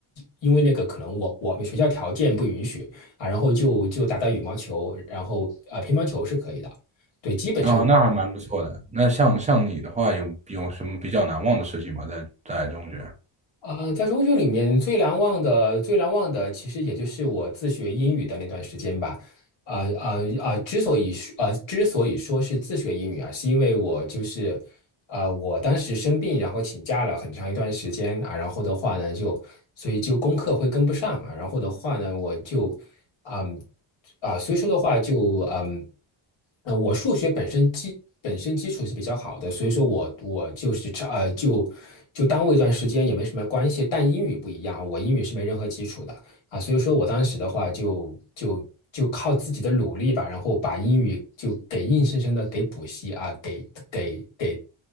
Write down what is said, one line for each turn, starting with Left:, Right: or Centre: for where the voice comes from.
Left: 因为那个可能我我们学校条件不允许啊，然后就就打打羽毛球，然后啊乒乓球是可以的。对，基本
Right: 哦，那还蛮不错的。那像像你的话，有有什么比较难忘的事情吗？在在中学？
Left: 啊，在中学里面最难忘的最难忘的，其实也就是我自学英语的那段时间吧。啊啊啊！之所以说啊，之所以说是自学英语啊，是因为我就是呃，我当时生病，然后请假了很长一段时间啊，然后的话呢，就所以就功课会跟不上啊，然后的话呢，我就，嗯，啊，所以说的话就，嗯，呃，我数学本身基本身基础是比较好的，所以说我我就是差呃就就耽误一段时间也没什么关系，但英语不一样，我英语是没任何基础的。啊，所以说我当时的话就就就靠自己的努力吧，然后把英语就给硬生生的给补习啊，给给给